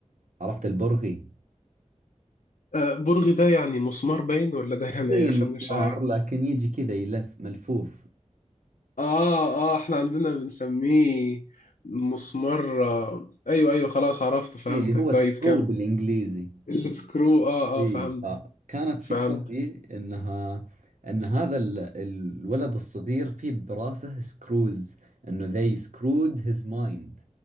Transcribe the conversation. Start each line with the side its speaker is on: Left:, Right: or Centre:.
Right: عرفت البرغي
Left: آه، برغي ده يعني مسمار باين ولا ده يعني
Right: زي
Left: ايه
Right: المسمار
Left: عشان مش عارف
Right: لكن يجي كذا يلف ملفوف
Left: اه اه احنا عندنا بنسميه مسمار آه. ايوه ايوه خلاص عرفت فهمتك
Right: اي اللي هو سكرو
Left: طيب كم
Right: بالانجليزي
Left: السكرو اه
Right: اي
Left: اه فهمتك
Right: فكانت
Left: فهمت
Right: فكرتي انها ان هذا ال... الولد الصغير فيه براسه سكروز انه they screwed his mind